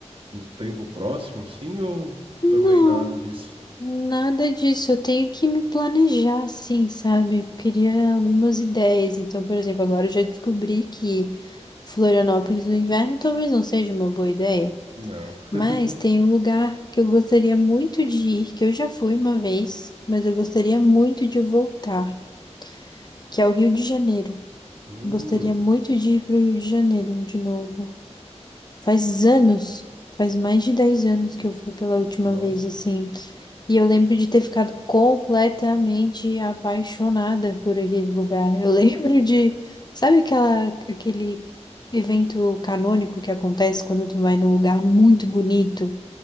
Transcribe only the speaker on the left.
Não,
nada disso. Eu tenho que me planejar, assim, sabe? Eu queria algumas ideias. Então, por exemplo, agora eu já descobri que Florianópolis no inverno talvez não seja uma boa ideia.
Mas
tem um lugar que eu gostaria muito de ir, que eu já fui uma vez, mas eu gostaria muito de voltar, que é o Rio de Janeiro.
Gostaria muito de ir para o Rio de Janeiro de novo. Faz anos, faz mais de 10 anos que eu fui pela última
vez, assim. E eu lembro de ter ficado completamente apaixonada por aquele lugar. Eu <laughs> lembro de, sabe aquela, aquele evento canônico que acontece quando tu vai num lugar muito bonito